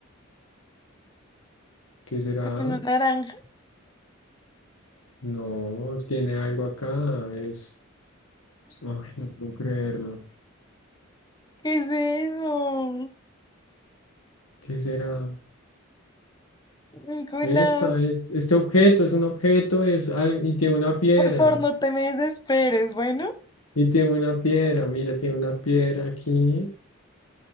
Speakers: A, on the left; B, on the left.
A: ¿Qué será?
B: una naranja.
A: No, tiene algo acá. Es. Ay, no puedo creerlo.
B: ¿Qué es eso?
A: ¿Qué será?
B: Nicolás,
A: Esta es, este objeto es un objeto, es al- y tiene una piedra.
B: por favor, no te me desesperes, bueno.
A: Y tiene una piedra, mira, tiene una piedra aquí.